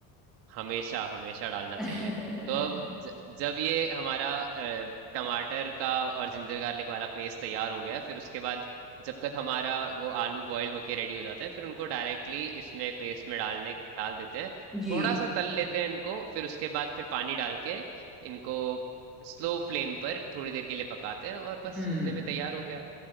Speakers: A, on the right (about 75°); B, in the centre.
A: हमेशा हमेशा डालना
B: <laughs>
A: चाहिए तो अब ज, जब ये हमारा अ, टमाटर का और जिंजर गार्लिक वाला पेस्ट तैयार हो गया है, फिर उसके बाद जब तक हमारा वो आलू बॉईल होके रेडी हो जाते हैं फिर उनको डायरेक्टली इसमें पेस्ट में डालने डाल देते हैं
B: जी
A: थोड़ा सा तल लेते हैं इनको फिर उसके बाद फिर पानी डाल के इनको स्लो फ्लेम पर थोड़ी देर के लिए पकाते हैं और बस
B: हम्म
A: उतने में तैयार हो गया